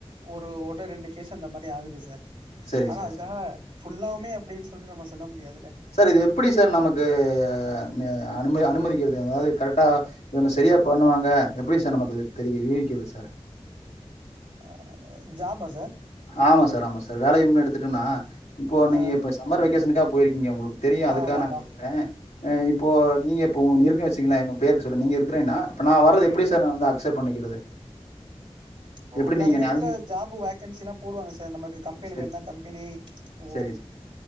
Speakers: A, on the right; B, on the left.
A: ஒரு ஒண்ணு ரெண்டு கேஸ் அந்த மாரி ஆகுது சார்
B: சரிங்க
A: ஆனா
B: சார்
A: அதுக்காக
B: சரி
A: ஃபுல்லாவுமே அப்டின்னு சொல்ட்டு நம்ம சொல்ல முடியாதுல்ல
B: சார் இது எப்டி சார் நமக்கு ந அனுமதி அனுமதிக்கிறது அதாவது கரெக்டா இவுங்க செரியா பண்ணுவாங்க எப்டி சார் நமக்கு தெரியு யூவிக்கிறது சார்
A: ஆ ஜாப் ஆ சார்
B: ஆமா சார் ஆமா சார் வேலையுமே எடுத்துட்டோம்னா இப்போ நீங்க
A: ஆ
B: இப்ப சம்மர் வெக்கேஷனுக்கா போயிருகீங்க உங்களுக்கு தெரியு அதுக்கான
A: ஆமா
B: நா
A: ஆமா
B: கேக்குறே ஆ இப்போ நீங்க இப்போ இருக்கேனு வச்சுங்களே இன்னு பேரு சொல்லு நீங்க இருக்கிறீன்னா இப்ப நா வர்றது
A: ம்
B: எப்டி சார் நா வந்து அக்செப்ட் பண்ணிக்கிறது
A: இப்போ
B: எப்படி
A: நெறைய
B: நீங்க என்னைய
A: இடத்துல
B: அனுமதி
A: ஜாப் வேகன்சில்லா போடுவாங்க சார் நமக் கு கம்பெனி
B: சரி
A: வேணுன்னா
B: சார்.
A: கம்பெனி ஓ
B: சரிங்க சார்.